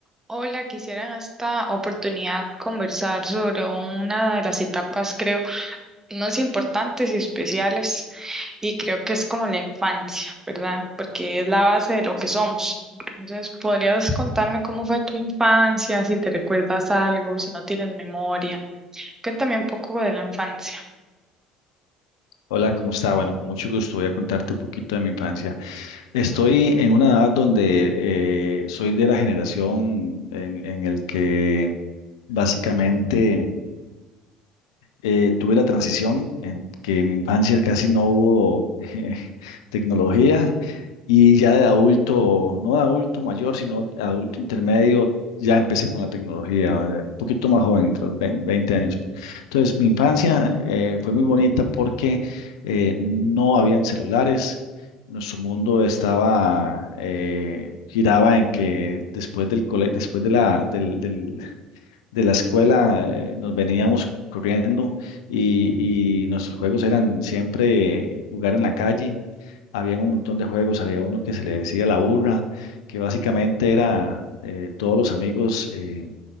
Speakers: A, on the right; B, on the left.
A: Hola, quisiera en esta oportunidad conversar sobre una de las etapas, creo, más importantes y especiales, y creo que es como la infancia, ¿verdad? Porque es la base de lo que somos. Entonces, ¿podrías contarme cómo fue tu infancia, si te recuerdas algo, si no tienes memoria? Cuéntame un poco de la infancia.
B: Hola, ¿cómo está? Bueno, con mucho gusto voy a contarte un poquito de mi infancia. Estoy en una edad donde eh, soy de la generación en, en el que básicamente eh, tuve la transición en que en mi infancia casi no hubo <laughs> eh, tecnología y ya de adulto, no de adulto mayor, sino adulto intermedio, ya empecé con la tecnología, eh, un poquito más joven, entre los vein- 20 años. Entonces, mi infancia eh, fue muy bonita porque eh, no habían celulares. Nuestro mundo estaba, eh, giraba en que después del cole- después de la, del, del de la escuela eh, nos veníamos corriendo y, y nuestros juegos eran siempre jugar en la calle. Habían un montón de juegos, había uno que se le decía la burra, que básicamente era eh, todos los amigos eh,